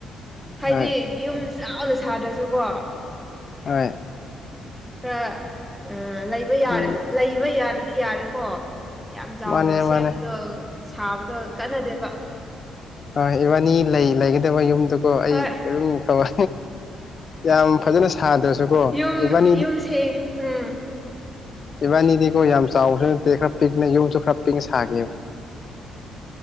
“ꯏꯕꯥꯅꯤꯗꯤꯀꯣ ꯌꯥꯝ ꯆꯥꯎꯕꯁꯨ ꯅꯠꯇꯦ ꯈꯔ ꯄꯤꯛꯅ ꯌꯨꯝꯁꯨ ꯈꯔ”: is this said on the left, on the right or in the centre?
Left